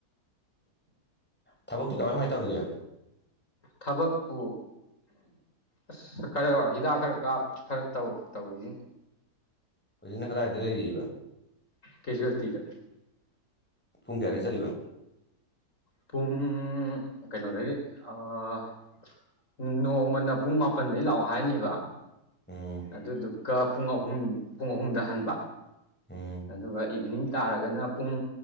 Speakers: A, in the centre; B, on the left (about 50°).
A: ꯊꯕꯛꯇꯤ ꯀꯃꯥꯏ ꯀꯃꯥꯏꯅ ꯇꯧꯔꯤꯒꯦ
B: ꯊꯕꯛꯄꯨ ꯑꯁ ꯈꯔ ꯍꯤꯗꯥꯛ ꯈꯔ ꯀꯥꯞ ꯈꯔ ꯇꯧ ꯇꯧꯔꯤꯁꯤꯦ
A: ꯀꯣꯏꯅ ꯈꯔꯖ ꯂꯩꯔꯤꯕ
B: ꯀꯩꯁꯨꯒꯗꯤꯗ
A: ꯄꯨꯡ ꯀꯌꯥꯗꯒꯤꯩ ꯆꯠꯂꯤꯕ
B: ꯄꯨꯡ ꯀꯩꯅꯣꯗꯒꯤ ꯎꯝ ꯅꯣꯡꯃꯅ ꯄꯨꯡ ꯃꯥꯄꯜꯗꯩ ꯂꯥꯛꯑꯣ ꯍꯥꯏꯅꯤꯕ
A: ꯎꯝ
B: ꯑꯗꯨꯗꯨꯒ ꯄꯨꯡ ꯑꯍꯨꯝ ꯄꯨꯡ ꯑꯍꯨꯝꯗ ꯍꯟꯕ
A: ꯎꯝ
B: ꯑꯗꯨꯒ ꯏꯚꯅꯤꯡ ꯇꯥꯔꯒꯅ ꯄꯨꯡ